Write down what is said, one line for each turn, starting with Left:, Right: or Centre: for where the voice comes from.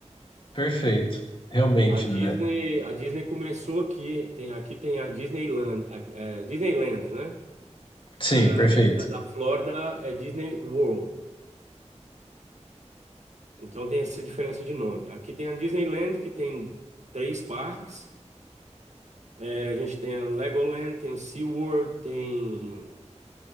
Left: Perfeito. Realmente,
Right: A Disney,
Left: né?
Right: a Disney começou aqui. Tem aqui tem a Disneyland, a- é, Disneyland, né?
Left: Sim,
Right: A,
Left: perfeito.
Right: a da Flórida é Disney World. Então tem essa diferença de nome. Aqui tem a Disneyland que tem três parques. É, a gente tem a Legoland, tem o SeaWorld, tem